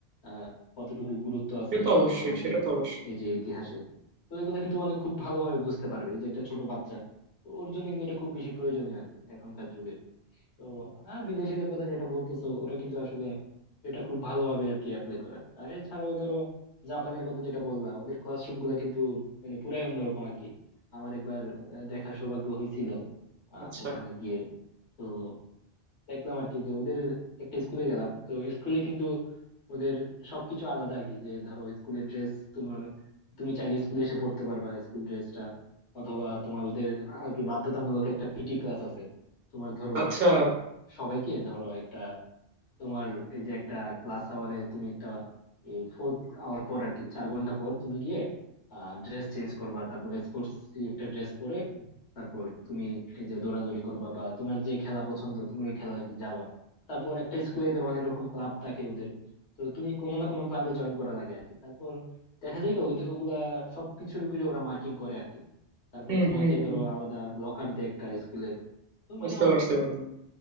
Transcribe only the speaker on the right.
সে তো অবশ্যই
সেটা তো অবশ্যই
আচ্ছা
আচ্ছা
হুম
হুম হুম
বুঝতে
পারছি বন্ধু